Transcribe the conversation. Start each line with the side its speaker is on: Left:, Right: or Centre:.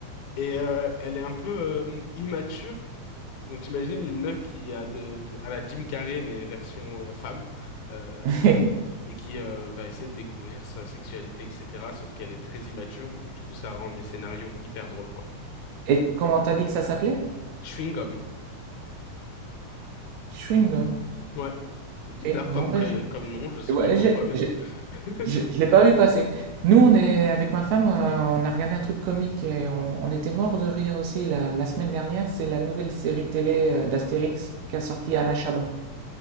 Left: et euh, elle est un peu euh, immature. Donc t'imagines une meuf qui a de, de- à la Jim Carrey mais version euh, femme euh,
Right: <laughs>
Left: et qui euh, va essayer de découvrir sa sexualité etc. Sauf qu'elle est très immature et du coup ça rend des scénarios hyper drôles quoi.
Right: Et comment t'as dit que ça s'appelait?
Left: Chewing-gum.
Right: Chewing gum.
Left: Ouais. Bizarre
Right: Ok. Non,
Left: comme
Right: bah,
Left: pré-
Right: j'ai-
Left: comme nom, je sais
Right: ouais,
Left: pas pourquoi
Right: j'ai-
Left: mais <laughs>
Right: Je, je l'ai pas vu passer. Nous, on est avec ma femme, euh, on a regardé un truc comique et on, on était mort de rire aussi la, la semaine dernière. C'est la nouvelle série télé euh, d'Astérix qu'a sorti Alain Chabat.